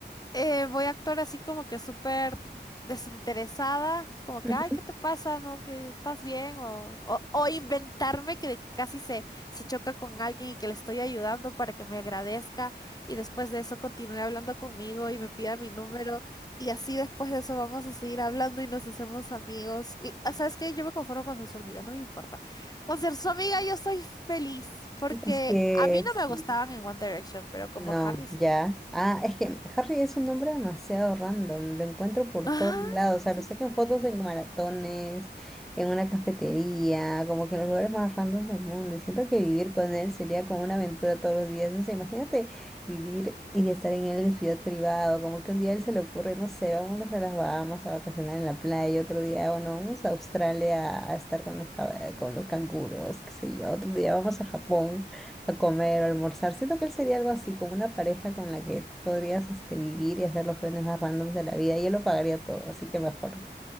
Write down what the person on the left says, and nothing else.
eh, voy a actuar así como que súper desinteresada, como
que, ay, ¿qué te pasa? ¿No? ¿Que estás bien? O, o, o inventarme que de que casi se, se choca con alguien y que le estoy ayudando para que me agradezca y después de eso continúe hablando conmigo y me pida mi número y así después de eso vamos a seguir hablando y nos hacemos amigos. Y, ah, ¿sabes qué? Yo me conformo con ser su amiga, no me importa. Con ser su amiga yo soy feliz porque
a mí no
me gustaban en One Direction, pero como
Harry sí.
Ajá,
sí.